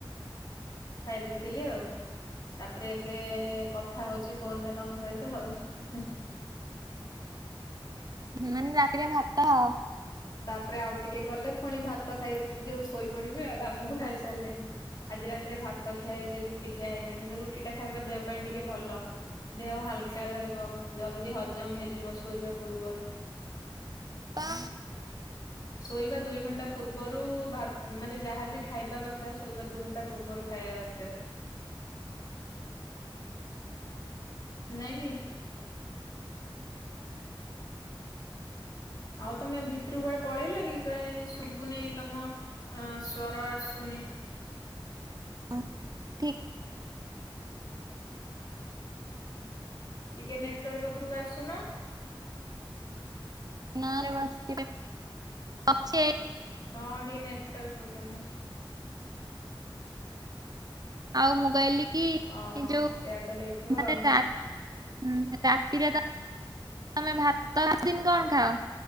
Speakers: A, on the left; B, on the right.
A: ଖାଇ ଦେଇଥିଲି ଆଉ ତାପରେ ଏବେ କଥା ହଉଛି ଫୋନ ରେ ତମ ସହିତ ଆଉ। ହୁ।
B: ମାନେ ରାତିରେ ଭାତ ଆଉ।
A: ତାପରେ ଆଉ ଟିକେ କଲେ ପୁଣି ଭାତ ଖାଇବି ଯୋଉ ଶୋଇପଡିବି ଆଉ ଭାତ ତ ଖାଇସାରିଲେଣି। ଆଜି ରାତିରେ ଭାତ ଖିଆ ହେଇଛି ରୁଟି ଖିଆ ହେଇନି କିନ୍ତୁ ରୁଟି ଟା ଖାଇବା ଦେହ ପାଇଁ ଟିକେ ଭଲ। ଦେହ ହାଲ ବା ରହିବ ଜଲଦି ହଜମ ହେଇଯିବ ଶୋଇବା ପୂର୍ବରୁ
B: ଖାଅ?
A: ଶୋଇବା ଦୁଇ ଘଣ୍ଟା ପୂର୍ବରୁ ଭା ମାନେ ଯାହାବି ଖାଇବା କଥା ଶୋଇବା ଦୁଇ ଘଣ୍ଟା ପୂର୍ବରୁ ଖାଇବା ଦରକାର। ନାଁ କି? ଆଉ ତମେ ଭିତରକୁ କୁଆଡେ ପଳେଇଲ କି କ ଶୁବୁ ନେଇ ତମ ଅ ସ୍ଵର ଆସ? ସୁନି
B: <unintelligible>
A: ଟିକେ ନେଟୱାର୍କ ଉପରକୁ ଆସୁନ।
B: <unintelligible>
A: ହଁ ଟିକେ ନେଟୱାର୍କ ପ୍ରୋବ୍ଲେମ ହଉଛି।
B: ଆଉ ମୁକହିଲି କି
A: ଓହୋ
B: ଯୋଉ
A: ସେଇଆ ତାହେଲେ ହେଇଥିବ
B: ମାନେ
A: ଆଉ।
B: <unintelligible> ହୁଁ ରାତିରେ ତ ତମେ ଭାତ ଦିନ୍ କଣ ଖାଅ?